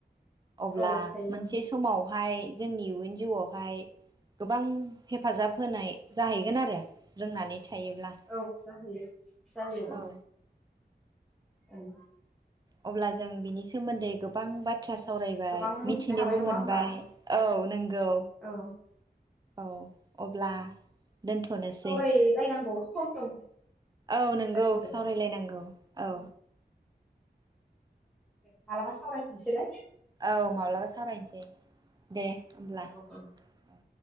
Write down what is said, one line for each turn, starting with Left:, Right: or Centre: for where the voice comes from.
Right: अब्ला
Centre: औ हायो
Right: मोनसे समावहाय जोंनि युन जिउआवहाय गोबां हेफाजाब होनाय जाहैगोन आरो रोंनानै थायोब्ला
Centre: औ जाहैयो जायो।
Right: औ
Centre: ओं
Right: अब्ला जों बिनि सोमोन्दै गोबां बाथ <unintelligible> सावरायबाय
Centre: गोबां मिथिनो
Right: मिथिनोबो
Centre: हाबाय नङा
Right: मोनबाय
Centre: होमबा
Right: औ नंगौ।
Centre: औ
Right: औ अब्ला दोनथनोसै
Centre: सावरायलायनांगौ सम सम
Right: औ नंगौ
Centre: जागोन दे
Right: सावरायलायनांगौ। औ।
Centre: दे मालाबा सावरायफिनसैलाय।
Right: औ माब्लाबा सावरायनोसै दे होमब्ला
Centre: औ औ
Right: औ।